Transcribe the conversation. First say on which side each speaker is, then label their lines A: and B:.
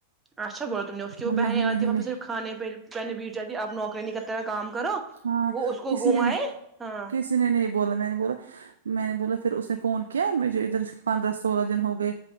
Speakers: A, on the right (about 15°); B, on the right (about 80°).
A: اچھا بولا تم نے اس کی وہ
B: نہیں
A: بہنیں
B: نہیں
A: آتی وہاں
B: نہیں
A: پہ صرف کھانے پر پہننے بیٹھ جاتی ہے آپ نوکرانی کی طرح کام کرو
B: ہاں
A: وہ اس کو
B: کسی
A: گھمائے
B: نے نہیں
A: ہاں
B: کسی نے نہیں بولا میں نے بولا میں نے بولا پھر اس نے فون کیا مجھے ادھر پندرہ سولہ دن ہو گئے